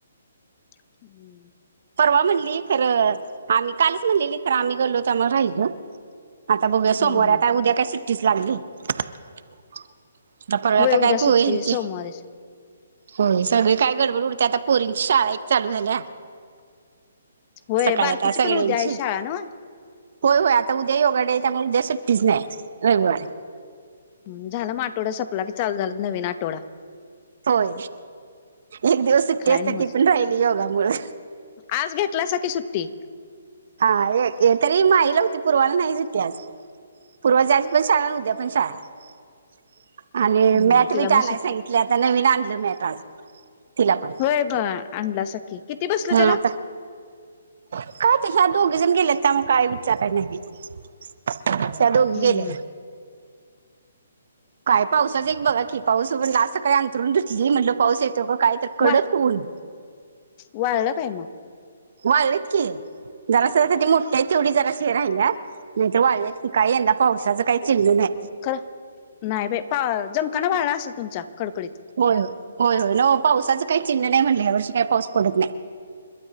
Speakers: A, on the left; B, on the right.
A: <inaudible>
B: परवा म्हणली खरं आम्ही कालच म्हणलेली खरं आम्ही गलो तर आम्हाला राहिलो आता बघुया सोमवारी
A: हम्म
B: आता उद्या काय सुट्टीच लागली. आता परवा
A: होय
B: तर
A: उद्या सुट्टी
B: पोहे हेंचे
A: सोमवारीच
B: होय सगळे काय गडबड उडते आता पोरींची शाळा एक चालू झालिया.
A: होय
B: सकाळ
A: बारकीची
B: आता सगळ्यांची.
A: पण उद्या आहे शाळा नव्ह
B: होय होय आता उद्या योगा डे आहे त्यामुळे उद्या सुट्टीच नाही रविवार.
A: ह झाला मग आठवडा सपला की चाल झाला नवीन आठवडा
B: होय एक दिवस सुट्टी
A: काय
B: असते
A: नव्हच
B: ती पण राहिली योगा मु
A: आज घेतला स की सुट्टी
B: हा तरी माहिला होती पूर्वाला नाही ज त आज पूर्व जाची पण शाळा उद्या पण शाळा आणि
A: हम्म
B: मॅट
A: तिला
B: बी
A: मस
B: काा नाही सांगित आता नवीन आणलं मळट आज तिला पण
A: होय ब आणला सखी किती बसल
B: हा
A: त्याला
B: आता काय तच्या आ दोघे जण गेले त्या म काय विचारय नाही अशा दोघी
A: हम्म
B: गेले
A: हम्म
B: काय पावसाचा एक बघा की पाऊस पण असं काही अंतरण घेतली म्हटलं पाऊस येतो का काय तर कडक
A: वा
B: होऊन
A: वाळलं काय मग
B: वाढलेत की जरा शसाठी मोठक्या तेवढी जराशी हे राहिल्या नाही तर वाढल्या की काय यंदा पावसाच काही चेंडू नाही
A: खरं नाही बा पा जमकाना वाळला असेल तुमचा कडकडीत
B: होय होय होय न पावसाचं काही चिन्ह नाही म्हटले या वर्षी काही पाऊस पडत नाही